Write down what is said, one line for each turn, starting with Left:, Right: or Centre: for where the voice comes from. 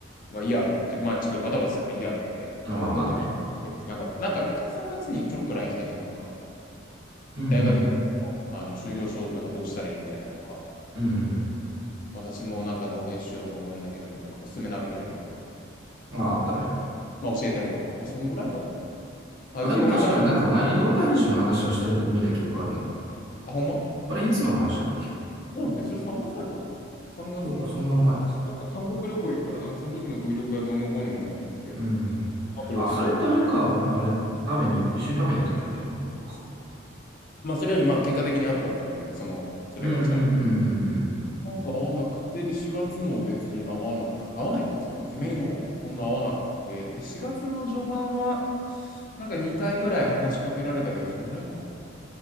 Left: まあ、いいやと思って、まあ、ちょっとバタバタしてたからいいやと思って、
Right: あ、まあまあね。
Left: 特に、なんか、なんか、一回3月にちょろっと LINE 来たけど、なんか、
Right: うんうんうん。
Left: 大学の、あの修了証なんかどうしたらいいみたいなとか、
Right: うんうん
Left: 私もなんか動画編集しようと思うんだけど、みたいな、おすすめのアプリあるとか、
Right: うん。あ、あったね。
Left: まあ教えたりとか、まあそんぐらいかな。あ、
Right: あ、
Left: 別に俺から、
Right: でも確かになんか前に動画編集の話はしてるとこ見た記憶あるな。
Left: あ、ほんま
Right: あれ、いつの話だっけ
Left: そうですね、それ3月くらいかな。3月の、
Right: そうか、そんな前か。
Left: なんか韓国旅行行くから、なんかその時の Vlog がどうのこうのみたいな言ってて、
Right: うんうんうん。
Left: アプリ教えたりとか。
Right: あ、それってあれか、あれ、食べに、一緒に食べに行った時のことか。
Left: まあそれよりまあ結果的に後だったんだけど、その、それが来たの。
Right: うんうんうんうん
Left: なんか合わなくて、で4月も別に合わなく、合わないっていうか、なんか別に目もそんな合わなくて、で4月の序盤は、なんか2回ぐらい話しかけられたけど、そんぐらいかな。